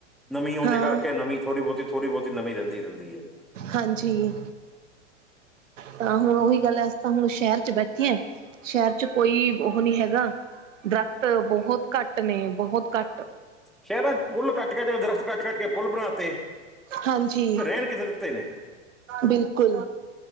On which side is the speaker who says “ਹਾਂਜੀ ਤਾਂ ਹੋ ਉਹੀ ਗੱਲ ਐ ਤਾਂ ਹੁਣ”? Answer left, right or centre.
Right